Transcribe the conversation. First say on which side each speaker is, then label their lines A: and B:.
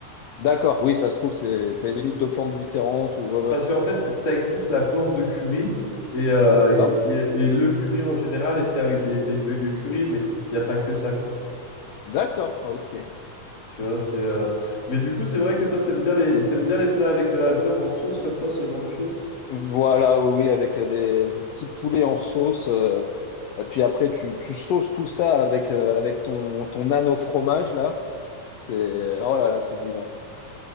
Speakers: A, on the left; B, on the left.
A: D'accord, oui, ça se trouve, c'est, c'est limite deux plantes différentes ou ouais, ouais.
B: Parce qu'en fait, ça existe la plante de curry, et, euh,
A: D'accord.
B: et, et le curry en général est fait avec des, des feuilles de curry, mais il n'y a pas que ça, quoi.
A: D'accord, ok.
B: Tu vois, c'est, euh, Mais du coup, c'est vrai que toi, t'aimes bien les... t'aimes bien les plats avec de la viande en sauce comme ça, ce genre de choses.
A: Voilà, oui, oui, avec des, du petit poulet en sauce. euh, et puis après, tu, tu sauces tout ça avec, euh, avec ton, ton nano fromage, là. C'est, oh là là, c'est divin.